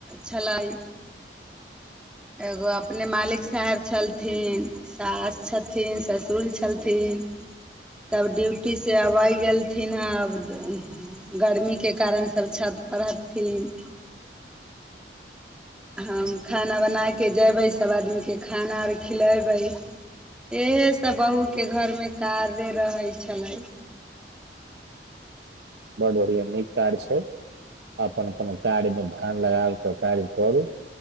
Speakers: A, in the centre; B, on the right.
A: छलैय। एगो अपने मालिक साहेब छलथिन। सास छथिन ससुर छलथिन। सभ ड्यूटीसँ अबय गेलथिन। हब गर्मीके कारण सभ छतप रहथिन। हम खाना बनाए। कऽ जयबै सभ आदमीकेँ खाना। अर खिलयबै इएहसभ बहुूके घरमे कारे रहै छलैय।
B: ब्ड बढ़िआँ नीक काराज छै। अपन अपन कार्यमे धान लगाब कऽ कार्य करू।